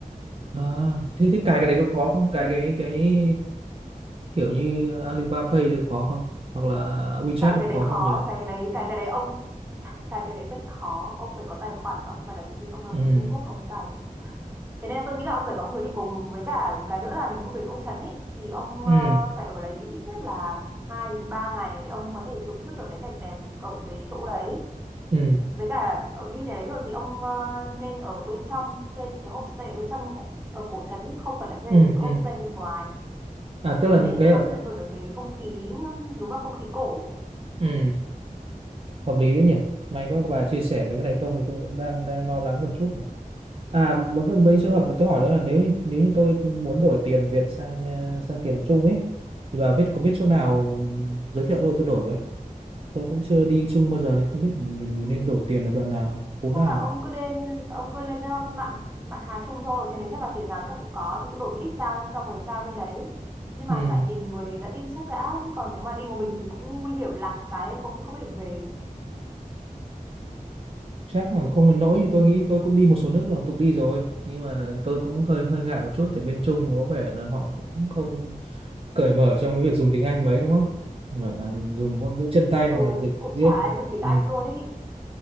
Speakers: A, on the right; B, on the right.
A: à, thế thế cài cái đấy có khó không cài cái cái kiểu như Alibaba Pay được khó không hoặc là WeChat
B: cái
A: được
B: cái đấy
A: khó không
B: khó
A: nhỉ
B: cái cái đấy cái cái đấy ông cái cái đấy rất khó ông phải có tài khoản ông phải là chứng minh ông là
A: ừ
B: người Trung Quốc ông mới cài được thế nên là tôi nghĩ là ông phải có một người đi cùng với cả một cái nữa là nếu mà ông đến Ô Trấn ấy thì ông
A: ừ
B: ờ, phải ở đấy ít nhất là 2 đến 3 ngày để ông có thể thưởng thức được cái cảnh đẹp ở cái chỗ đấy
A: ừ
B: với cả ở đi này đấy rồi thì ông ờ, nên ở bên trong thuê những cái homestay ở bên trong ở cổ trấn nhưng không phải là thuê
A: ừ
B: những cái
A: ừ
B: homestay bên ngoài
A: à tức
B: thì
A: là
B: như
A: những
B: thế
A: cái ở
B: ông sẽ tận hưởng được cái không khí đúng là không khí cổ
A: ừ hợp lý đấy nhỉ may quá các bà chia sẻ mấy cái này không thì tôi cũng đang đang lo lắng một chút này à mấy cái mấy trường hợp mà tôi hỏi nữa là nếu như- nếu như tôi muốn đổi tiền Việt sang ờ, sang tiền Trung ấy thì bà biết có biết chỗ nào ừ, giới thiệu tôi tôi đổi với tôi cũng chưa đi chung bao giờ nên không biết mình, mình
B: Ừm,
A: nên đổi tiền ở đoạn nào phố
B: chắc
A: nào
B: là ông cứ lên ông cứ lên ờ, mạn mạn Hà Trung thôi trên đấy chắc là tiền nào chắc cũng có thì cứ đổi một ít sang xong rồi sang bên đấy nhưng
A: ừ.
B: mà phải tìm người dẫn đi chắc đã chứ còn nếu mà đi một mình thì cũng nguy hiểm lạc một cái không khi không biết đường về
A: chắc là không đến nỗi như tôi nghĩ tôi cũng đi một số nước rồi tục đi rồi nhưng mà tôi cũng hơi hơi ngại một chút tại bên Trung có vẻ là họ cũng không cởi mở trong cái việc dùng tiếng Anh mấy đúng không Hoặc là dùng ngôn ngữ chân tay hoặc
B: ừ
A: là dịch
B: cũng
A: viết
B: chả ai dùng tiếng
A: ừ.
B: Anh luôn ý